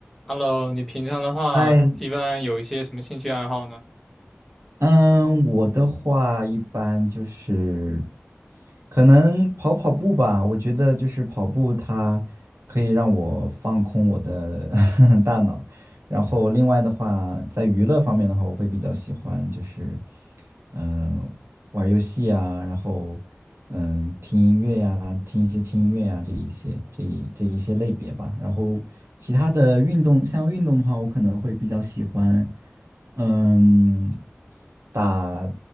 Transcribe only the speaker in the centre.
Hello，你平常的话，
一般有一些什么兴趣爱好呢？